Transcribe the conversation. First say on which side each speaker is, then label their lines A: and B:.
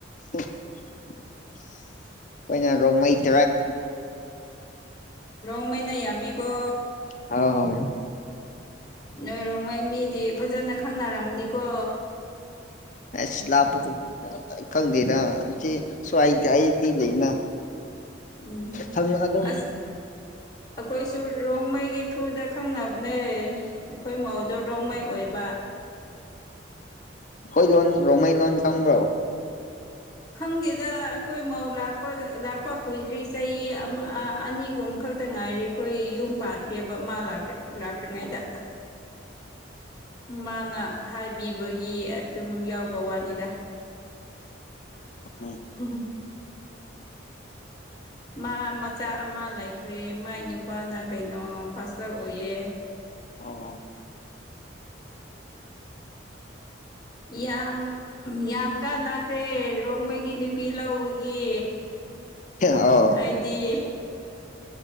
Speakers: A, on the left (about 40°); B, on the left (about 20°).
A: ꯑꯩꯈꯣꯏꯅ ꯔꯣꯡꯃꯩ ꯇꯔꯥꯞ
B: ꯃꯩꯅ ꯃꯥꯝꯃꯤꯒꯣ
A: ꯍ ꯍꯣꯏ
B: ꯅꯣꯏꯔꯣꯡꯉꯩ ꯃꯤꯗꯤ ꯐꯖꯅ ꯈꯪꯅꯔꯝꯅꯤꯀꯣ
A: ꯑ ꯂꯄ ꯈꯪꯅ ꯁꯋꯥꯏ ꯆꯗꯤ ꯂꯩꯅ
B: ꯎꯝ
A: ꯈꯪ ꯑꯗꯨꯝ
B: ꯑꯁ ꯑꯩꯈꯣꯏꯁꯨ ꯔꯣꯡꯃꯩꯒꯤ ꯊ꯭ꯔꯨꯗ ꯈꯪꯅꯕꯅꯦ ꯑꯩꯈꯣꯏ ꯃꯧꯗꯣ ꯔꯣꯡꯃꯩ ꯑꯣꯏꯕ ꯕꯥ
A: ꯍꯣꯏ ꯂꯣꯟ ꯔꯣꯃꯩ ꯂꯣꯟ ꯐꯪꯕ꯭ꯔꯣ
B: ꯈꯪꯗꯦꯗ ꯑꯩꯈꯣꯏ ꯃꯧ ꯂꯥꯛꯄ ꯀꯨꯏꯗ꯭ꯔꯤ ꯆꯍꯤ ꯑꯅꯤꯒꯨꯝ ꯈ ꯈꯛꯇ ꯉꯥꯏꯔꯦ ꯑꯩꯈꯣꯏ ꯌꯨꯝ ꯄꯥꯟꯈꯤꯕ ꯃꯥ ꯂꯥꯛꯇ꯭ꯔꯤꯉꯩꯗ ꯃꯥꯅ ꯍꯥꯏꯕꯤꯕꯒꯤ ꯑꯗꯨꯝ ꯌꯥꯎꯕ ꯋꯥꯅꯤꯗ
A: ꯎ
B: ꯎꯝ ꯃꯥ ꯃꯆꯥ ꯑꯃ ꯂꯩꯈ꯭ꯔꯦ ꯃꯥꯏ ꯅꯨꯄꯥꯅ ꯀꯩꯅꯣ ꯄꯥꯁ ꯑꯥꯎꯠ ꯑꯣꯏꯌꯦ
A: ꯑꯣ
B: ꯌꯥꯝ ꯌꯥꯝ ꯀꯥꯟꯅꯈ꯭ꯔꯦ ꯔꯣꯡꯃꯩꯒꯤ ꯅꯨꯄꯤ ꯂꯧꯕꯒꯤ
A: ꯑꯧ
B: ꯑꯩꯗꯤ